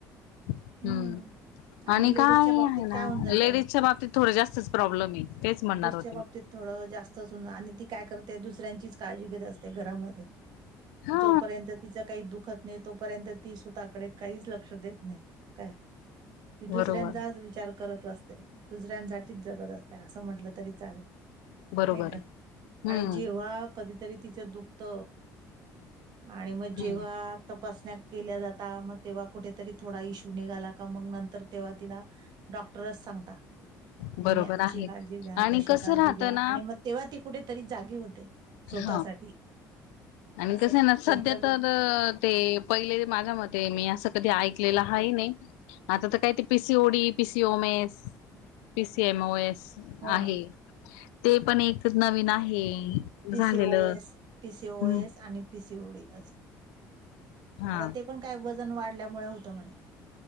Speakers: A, on the left (about 90°); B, on the right (about 65°).
A: हम्म
B: हं
A: आणि
B: लेडीजच्या
A: काय
B: बाबतीत
A: आहे ना
B: काय होऊन जातं,
A: लेडीजच्या बाबतीत- थोडे जास्तच प्रॉब्लेम आहे. तेच म्हणणार होत-
B: त्या बाबतीत थोडं जास्तच होउन आणि ती काय करते दुसऱ्यांचीच काळजी घेत असते घरामध्ये.
A: हा
B: जोपर्यंत तिच काही दुखत नाही तोपर्यंत- ती स्वतःकडे काहीच लक्ष देत नाही, काय, ती दुसऱ्यांचाच
A: बरोबर
B: विचार- करत असते. दुसऱ्यांसाठीच जगत असते. त्या असं म्हंटलं तरी चालेल,
A: बरोबर
B: नाही का?
A: हम्म
B: आणि जेव्हा- कधीतरी तिचं दुखत आणि मग जेव्हा
A: हम्म
B: तपासण्या- केल्या जाता मग तेव्हा कुठेतरी थोडा इश्यू निघाला का मग नं- तर तेव्हा तिला डॉक्टरच सांगता.
A: बरोबर
B: तुम्ही अशी
A: आहे
B: काळजी घ्या,
A: आणि
B: तशी
A: कसं
B: काळजी
A: राहतं
B: घ्या.
A: ना
B: आणि मग तेव्हा ती कुठेतरी जागी होते स्वतःसाठी
A: हा आणि
B: असं
A: कसं आहे ना सध्या
B: जनरली
A: तर अ ते पहिले माझ्या मते मी असं कधी ऐकलेलं हाये नाही. आता तर काय ते P C O D, P C O M S, P C M O S
B: हो
A: आहे
B: ना
A: <inaudible> ते पण एक नवीन आहे.
B: पी
A: झालेलं
B: सी ओ एस, पी सी ओ
A: हम्म,
B: एस आणि पी सी ओ डी असं
A: हा
B: आता ते पण काय वजन वाढल्यामुळे होतं म्हणे